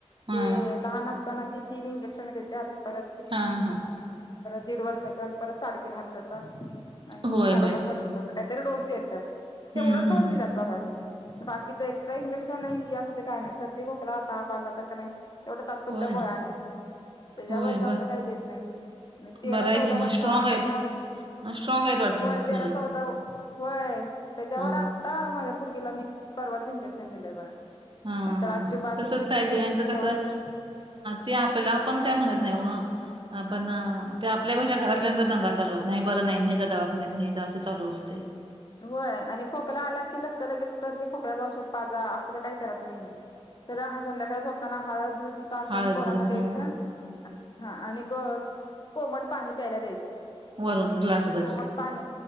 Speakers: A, on the right; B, on the left.
A: हा
B: ते लहान असताना ती तीन ेत परत
A: हा हा
B: दीड वर्षाचा आणि परत साडेतीीन वर्षाचा आणि
A: होय
B: साडे पाच वर्षाचा अस तर डोस देतात तेवढा
A: हम् हम
B: डोस
A: हम
B: बघा की बाकीच एक्स्ट्रा इंजेक्शन असले काय नाही सध्या खोकला ताप आला तर का नाही तेवढा तात्पुरत्या
A: होय
B: गोळ्या आणयच्या त्याच्यावर
A: होय
B: जास्त
A: बर
B: काही देत नाही आणि तेरा
A: बरं आहे
B: चौदा
A: की
B: वर्षानंतर
A: मग स्ट्रॉंग आहेत
B: मग
A: स्ट्रॉंग आहेत वाटतं
B: होय
A: मग
B: तेरा
A: मुलं
B: चौदा होय त्याच्यावर
A: हा
B: आत्ता माझ्या पोरगीला मी परवाच इंजेक्शन दिलेय बघा
A: हा
B: नाही तर
A: हा
B: अजिबात
A: हा तसच
B: इंजेक्शन
A: पाहिजे
B: नाही
A: नाहीतर
B: तेवढाच
A: कसं ते आपला आपण काय म्हणत नाही व पण ते आपल्या पेक्षा घरातल्यांचा दंगा चालू अस नाही बरं नाही हे ने जा दवाखान्यात ने जा असं चालू असते
B: होय आणि खोकला आला की लगचा लगेच तर ते खोकल्याचं औषध पाजा असं काय का करत नाही मी सर हा संध्याकाळोपताना हळद दूध टाकून
A: हळद
B: पोरांना
A: दूध
B: द्यायचं
A: हा
B: हा आणि ग कोमट पाणी प्यायला द्यायचं
A: वरून ग्लासभर
B: कोमट पाने